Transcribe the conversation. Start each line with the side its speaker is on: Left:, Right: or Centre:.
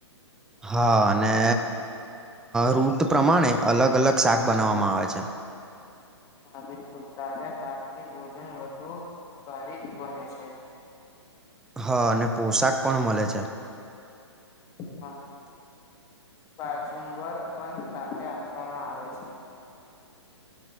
Centre: હા અને રૂટ પ્રમાણે અલગ અલગ શાક બનાવવામાં આવે છે.
Left: હા બિલકુલ તાજા શાકથી ભોજન વધુ સ્વાદિષ્ટ બને છે.
Centre: હા અને પોશાક પણ મલે છે.
Left: હા કાચુંબર પણ સાથે આપવામાં આવે છે.